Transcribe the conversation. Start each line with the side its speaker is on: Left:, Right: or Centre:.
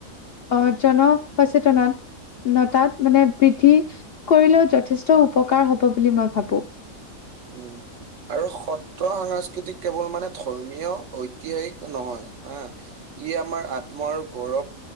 Left: আহ, জনসচেতনত। উনতাত মানে বৃদ্ধি কৰিলেও যথেষ্ট উপকাৰ হ'ব বুলি মই ভাবো।
Right: উম, আৰু সত্ৰ সাংস্কৃতিক কেৱল মানে ধৰ্মীয় ঐতিহাসিক নহয়, হা। ই, আমাৰ আত্ম আৰু গৌৰৱ,